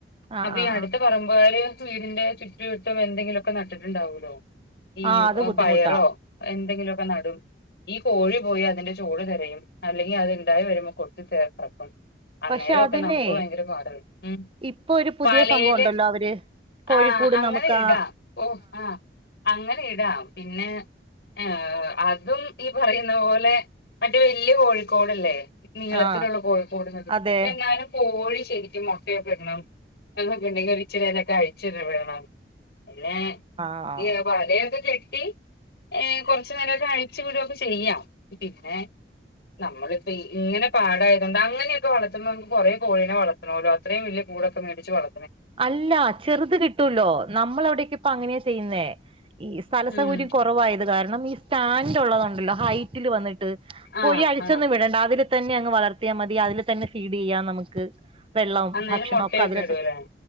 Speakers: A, on the right; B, on the left.
A: ആ
B: അപ്പൊ
A: ആ
B: ഈ അടുത്ത
A: ആ
B: പറമ്പുകാര് വീടിൻ്റെ ചുറ്റുവട്ടം എന്തെങ്കിലുമൊക്കെ നട്ടിട്ടുണ്ടാവൂല്ലോ ഈ
A: ആ അത് ബുദ്ധിമുട്ടാ
B: പയറോ എന്തെങ്കിലും നടും ഈ കോഴി പോയി അതിന്റെ ചോട് തിരയും അല്ലെങ്കി അതുണ്ടായി വരുമ്പോൾ കൊത്തി <unintelligible> അന്നേരം
A: പക്ഷെ
B: ഒക്കെ
A: അതിനെ
B: നമുക്ക് ഭയങ്കര പാടല്ലേ ഉം
A: ഇപ്പൊ ഒരു പുതിയ
B: വലയില്
A: സംഭവം ഉണ്ടല്ലോ അവര് കോഴിക്കൂട്
B: ആ അങ്ങനെ
A: നമുക്ക്
B: ഇടാ
A: ആ
B: ഓ ആ അങ്ങനെ ഇടാം പിന്നെ ആ അതും ഈ പറയുന്ന പോലെ മറ്റേ വല്യ കോഴിക്കോടല്ലേ നീളത്തിലുള്ള
A: ആ
B: കോഴിക്കൂട് <unintelligible>
A: അതെ
B: എന്നാലും കോഴി ശരിക്കും മുട്ടയൊക്കെ ഇടണം <unintelligible> ഉണ്ടെങ്കിൽ ഇച്ചിരി നേരവൊക്കെ അഴിച്ചൊക്കെ വിടണം പിന്നെ
A: ആ
B: ഈ വലയൊക്കെ കെട്ടി കുറച്ചു നേരൊക്കെ അഴിച്ചു വിടുവൊക്കെ ചെയ്യാം പിന്നെ നമ്മളിപ്പോ ഇങ്ങനെ പാടായത് കൊണ്ട് അങ്ങനെയൊക്കെ വളർത്തുമ്പോ നമുക്ക് കുറെ കോഴീനെ വളർത്തണല്ലോ അത്രയും വലിയ കൂടൊക്കെ മേടിച്ച് വള
A: അല്ല ചെറുത് കിട്ടൂല്ലോ നമ്മള് അവിടക്കേ ഇപ്പം അങ്ങനെയാ ചെയ്യുന്നേ ഈ സ്ഥല സൗകര്യം
B: ഉം
A: കൊറവായത് കാരണം ഈ സ്റ്റാൻഡ് ഒള്ളതൊണ്ടല്ലോ ഹൈറ്റില് വന്നിട്ട് കോഴിയെ
B: ആഹ്
A: അഴിച്ചൊന്നും
B: ആഹ്
A: വിടണ്ട അതില് തന്നെ അങ്ങ് വളർത്തിയാ മതി അതില് തന്നെ ഫീഡ് ചെയ്യാം നമുക്ക് വെള്ളോം
B: അന്നേരം
A: ഭക്ഷണവും
B: മുട്ടയൊക്കെ
A: ഒക്കെ അതില്
B: ഇടൂലേ
A: സെ